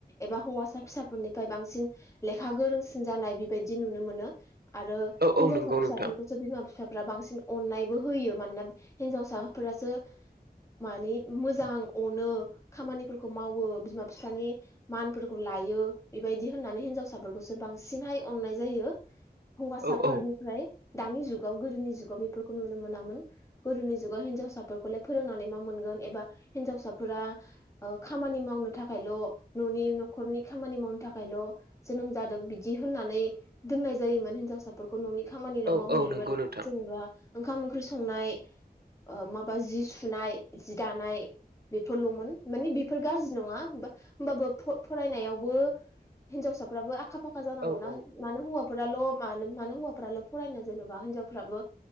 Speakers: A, on the left (about 20°); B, on the right (about 70°).
A: एबा हौवासा फिसाफोरनिफ्राय बांसिन लेखा गोरोंसिन जानाय बेबायदि नुनो मोनो आरो
B: औ औ
A: हिनजावसा
B: नंगौ
A: फिसाफोरखौ
B: नोंथां
A: बिमा बि फिसाफ्रा बांसिन अननायबो होयो मानोना हिनजावसाफोरासो मानि मोजां अनो खामानिफोरखौ मावो बिमा बिफानि मानफोरखौ ला यो बेबायदि होननानै हिनजावसाफोरखौसो बांसिनहाय अननाय जायो हौवासाफोरनिफ्राय
B: औ औ
A: दानि जुग गोदोनि जुगाव बेफोरखौ नुनो मोनामोन गोदोनि जुगाव हिनजावसाफोरखौलाय फोरोंनानै मा मोनगोन एबा हिन्जावसाफोरा खामानि मावनो थाखायल' न'नि न'खरनि खामानि मावनो थाखायल' जोनोम जादों बिदि होननानै दोननाय जायोमोन हिनजावसाफोरखौ न'नि खामानिल'
B: औ
A: मावहैयोमोन
B: औ नंगौ नोंथां
A: जेनेबा ओंखाम ओंख्रि संनाय माबा जि सुनाय जि दानाय बेफोरल'मोन मानिे बेफोर गाज्रि नंङा होमबाबो फरायनायावबो हिन्जावसाफ्राबो आखा फाखा जानांगौनाा
B: औ औ
A: मानो हौवाफोराल' मानो मानो हौवाफोराल' फरायनो जेने बा हिनजावफ्राबो